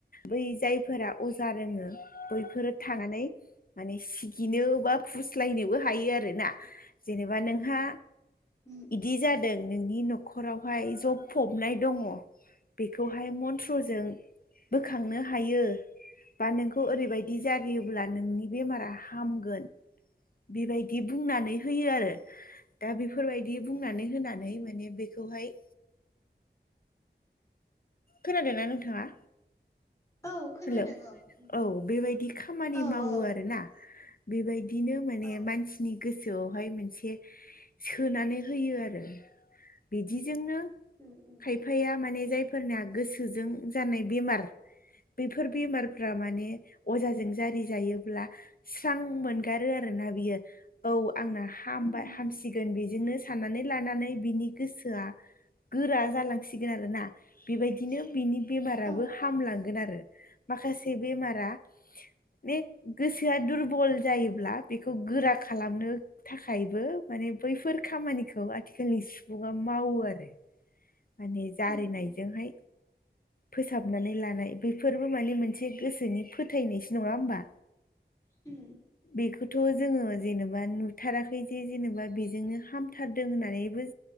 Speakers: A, on the left (about 50°); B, on the left (about 15°).
A: बै जायफोरा अजा रोङो बैफोर थानानै माने सिगिनो बा फुस्लायनोबो हायो आरो ना जेनेबा नोंहा
B: उम
A: बिदि
B: उम
A: जादों नोंनि न'खरावहाय जब फबनाय दङ बेखौहाय मन्त्रजों बोखांनो हायो बा नोंखौ ओरैबायदि जारियोब्ला नोंनि बेमारा हामगोन बेबायदि बुंनानै होयो आरो दा बेफोरबायदि बुंनानै होनानै
B: उम
A: माने बेखौहाय खोनादों ना नोंथाङा?
B: औ खोनादों
A: हेलौ
B: औ उम
A: औ बेबायदि खामानि
B: औ
A: मावो
B: औ
A: आरोना बेबायदिनो माने
B: औ
A: मानसिनि गोसोआवहाय मोनसे सोनानै होयो आरो बिदिजोंनो
B: ओम ओम
A: खायफाया माने जायफोरना गोसोजों जानाय बेमार बेफोर बेमारफ्रा माने अजाजों जारि जायोब्ला स्रां मोनगारो आरोना बियो औ आंना हामबाय
B: उम
A: हामसि
B: उम
A: सिगोन बेजोंनो साननानै लानानै बिनि गोसोआ गोरा जालांसिगोन आरोना बेबायदिनो बिनि बेमाराबो
B: औ
A: हामलांगोन आरो माखासे बेमारा बे गोसोआ दुरबल जायोब्ला बेखौ गोरा खालामनो थाखायबो माने बैफोर खामानिखौ आथिखालनि सुबुङा मावो आरो माने जारिनायजोंहाय
B: उम उम
A: फोसाबनानै लानाय बेफोरबो माने मोनसे गोसोनि फोथायनायसो नङा होमबा
B: उम
A: बेखौथ' जोङो जेनेबा नुथाराखै जे जेनेबा बेजोंनो हामथारदों होननानैबो